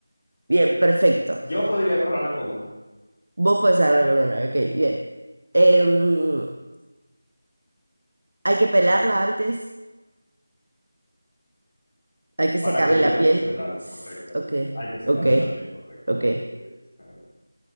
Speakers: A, on the right; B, on the left.
A: bien, perfecto.
B: Yo podría agarrarla con una.
A: Vos podés agarrar con una, ok, bien. Em, hay que pelarla antes, hay que sacarle
B: Para comerla
A: la piel.
B: hay que pelarla,
A: S-
B: correcto.
A: Ok,
B: Hay que sacarle
A: ok,
B: la piel, correcto.
A: ok.
B: Para comerla hay que sacarle la piel.